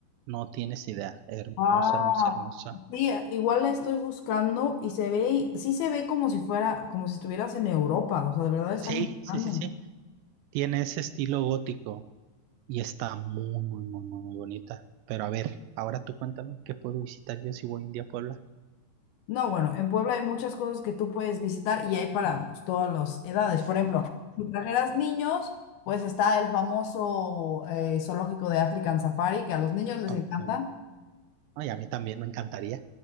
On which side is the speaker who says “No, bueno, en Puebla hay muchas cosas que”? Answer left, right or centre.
Left